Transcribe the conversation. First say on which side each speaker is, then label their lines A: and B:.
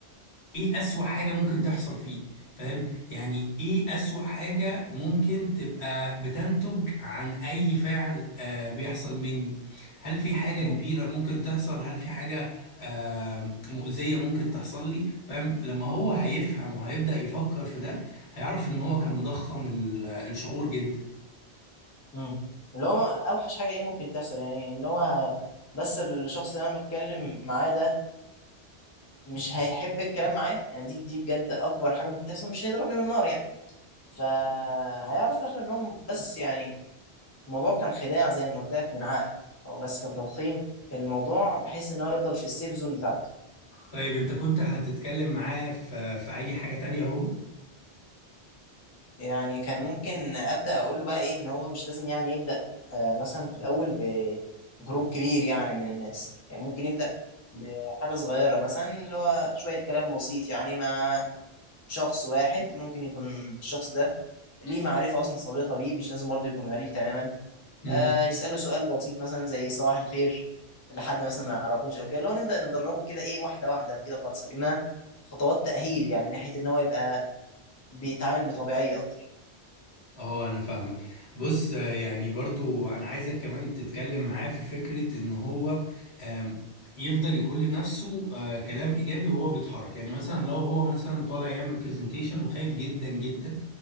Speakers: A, on the left; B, on the left.
A: ايه اسوأ حاجة ممكن تحصل فيه فاهم يعني ايه اسوأ حاجة ممكن تبقى بتنتج عن اي فعل آه بيحصل مني هل في حاجة
B: مم.
A: كبيرة ممكن تحصل هل في حاجة آه مؤذية ممكن تحصل لي فاهم لما هو هيفهم وهيبدأ يفكر في ده هيعرف ان هو كان مضخم ال- الشعور جدا
B: امم اللي هو اوحش حاجه ايه ممكن تحصل يعني ان هو ه- بس الشخص اللي انا بتكلم معاه ده مش هيحب الكلام معايا يعني دي دي بجد اكبر حاجه ممكن تحصل مش هيضربني بالنار يعني فهيعرف في الاخر انهم بس يعني الموضوع كان خداع زي ما قلت لك من عقل هو بس كان تضخيم الموضوع بحيث ان هو يفضل في السيف زون بتاعته
A: طيب انت كنت هتتكلم معايا في في اي حاجة تانية هو
B: يعني كان ممكن ابدا اقول له بقى ايه ان هو مش لازم يعني يبدا آه مثلا في الاول بجروب كبير يعني من الناس يعني ممكن يبدا بحاجه صغيره مثلا اللي هو شويه كلام بسيط يعني مع شخص واحد ممكن يكون الشخص ده ليه معرفه اصلا سابقه بيه مش لازم برضه يكون غريب تماما
A: امم
B: آه يساله سؤال بسيط مثلا زي صباح الخير لحد مثلا ما يعرفوش او كده اللي هو نبدا ندربه كده ايه واحده واحده كده خالص لكنها خطوات تاهيل يعني ناحيه ان هو يبقى بيتعامل بطبيعيه اكتر
A: اه انا فاهمك بص آه، يعني برضو انا عايزك كمان تتكلم معاه في فكرة ان هو آم، يفضل يقول لنفسه آه، كلام ايجابي وهو بيتحرك يعني مثلا لو هو مثلا طالع يعمل برزنتيشن وخايف جدا جدا